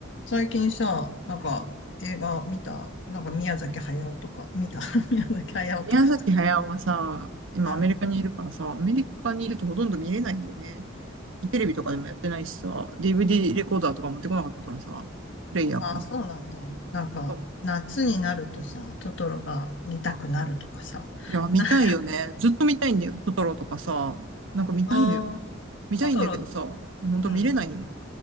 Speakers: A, on the left (about 65°); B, on the right (about 75°).
A: 最近さ、なんか映画見たなんか宮崎駿とか、見た <laughs> 宮崎駿とかとか。
B: 宮崎駿はさ、今アメリカにいるからさ、
A: うん。
B: アメリカにいるとほとんど見れないんだよね。テレビとかでもやってないしさ、DVD レコーダーとか持ってこなかったからさ、プレイヤーか。
A: ああ、そうなんだ。なんか、
B: そう
A: 夏になるとさ、トトロが見たくなるとかさ。<laughs>
B: いや、見たいよね。
A: なんか、
B: ずっと見たいんだよ。トトロとかさ、なんか見たいのよ。
A: ああ、
B: 見たいんだけどさ、
A: トトロ、
B: ほんと見れないのよ。
A: うん。